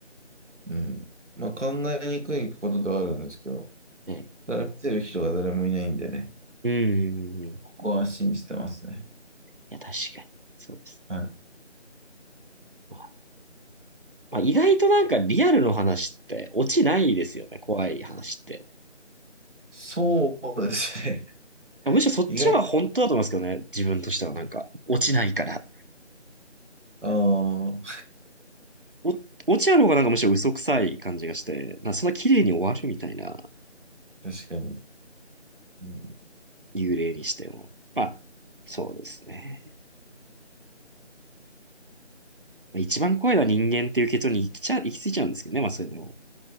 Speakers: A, on the right; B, on the right.
A: うん。まあ考えにくいことではあるんですけど、
B: ええ
A: ただ見てる人が誰もいないんでね、
B: うんうんうんうん。い
A: ここは信じてますね。
B: や、確かに。そうです。
A: はい。
B: まあ、まあ、意外となんかリアルの話って落ちないですよね。怖い話って。
A: そうですね。
B: むしろそっちの方が本当だと思いますけどね。
A: <laughs> 意外と、
B: 自分としてはなんか、落ちないから。
A: ああ、
B: お、落ちある方がなんかむしろ嘘くさい感じがして、なんかそんな綺麗に終わるみたいな。
A: <laughs> 確かに。うん
B: 幽霊にしても。まあ、そうですね。一番怖いのは人間っていう結論に行きちゃ、行き着いちゃうんですけどね、まあそれでも。